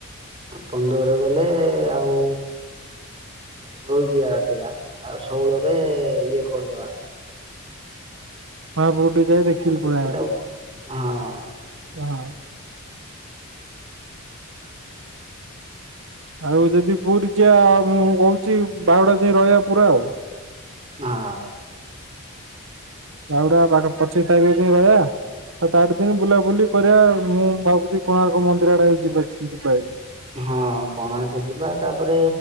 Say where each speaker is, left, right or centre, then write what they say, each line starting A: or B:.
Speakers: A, on the right; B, on the right.
A: ପନ୍ଦରରେ ଗଲେ ଆଉ ରହିଯିବା ରାତିଟା ତାପରେ ଷୋହଳରେ ଇଏ କରିଦବା।
B: ହଁ ଭୋରୁ ଉଠି ଯାଇ ଦେଖିକି
A: କରିକି
B: ପଳେଅବା।
A: ପିଲା ହଁ।
B: ହଁ। ଆଉ ଯଦି ପୁରୀ ଯିବା ମୁଁ କହୁଛି ବାହୁଡା ଯାଏ ରହିବା ପୁରା ଆଉ।
A: ହଁ।
B: ବାଉଡା ବଉଡ଼ା ପଚିଶ ତାରିଖ ଯାଏ ରହିବା। ସାତ ଆଠ ଦିନ ବୁଲାବୁଲି କରିବା ମୁଁ ଭାବୁଛି କୋଣାର୍କ ମନ୍ଦିର ଆଡେ ଯିବା -ଯିବା ହେଲେ।
A: ହଁ କୋଣାର୍କ ଯିବା ତାପରେ